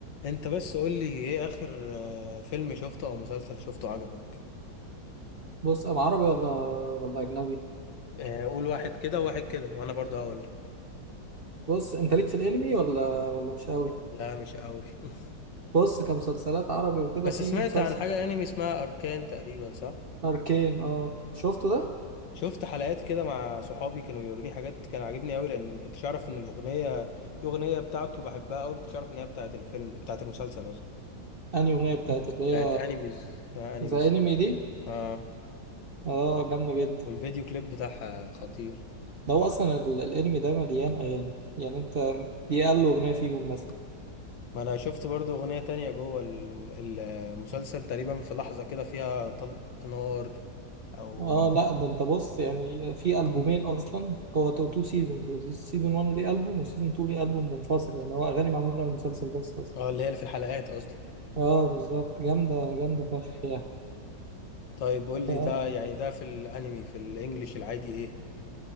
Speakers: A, on the left; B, on the right.
A: انت بس قول لي ايه اخر آه، فيلم شفته او مسلسل شفته عجبك
B: بص أم عربي ولا ولا أجنبي
A: آه، قول واحد كده وواحد كده وانا برضه هقول
B: بص أنت ليك في الأنمي ولا ولا مش قوي
A: لا مش قوي <laughs>
B: بص كمسلسلات عربي وكده
A: بس
B: في
A: سمعت
B: مسلسل
A: عن حاجة انمي اسمها اركان تقريبا صح
B: أركين أه شفته ده
A: شفت حلقات كده مع صحابي كانوا بيوروني حاجات كان عاجبني قوي لان ما كنتش اعرف ان الاغنية الاغنية بتاعته بحبها قوي ما كنتش اعرف ان هي بتاعت الفيلم بتاعت المسلسل قصدي
B: أنهي أغنية بتاعت اللي هي
A: بتاعت انيميز اسمها انيميز
B: ذا أنمي دي
A: اه
B: أه جامدة جدا
A: والفيديو كليب بتاعها خطير
B: ده هو أصلا ال- الأنمي ده مليان أغاني يعني أنت دي أقل أغنية فيهم مثلا
A: ما انا شفت برضو اغنية تانية جوه الم- المسلسل تقريبا في لحظة كده فيها طلق نار او
B: أه لا ده أنت بص يعني في ألبومين أصلا هو تو تو سيزون سيزون 1 ليه ألبوم وسيزون 2 ليه ألبوم منفصل يعني هو أغاني معمولة للمسلسل بس أصلا
A: اه اللي هي اللي في الحلقات اصلا
B: أه بالظبط جامدة جامدة فشخ يعني
A: طيب قول لي
B: آه،
A: ده يعني ده في الانمي في الانجليش العادي ايه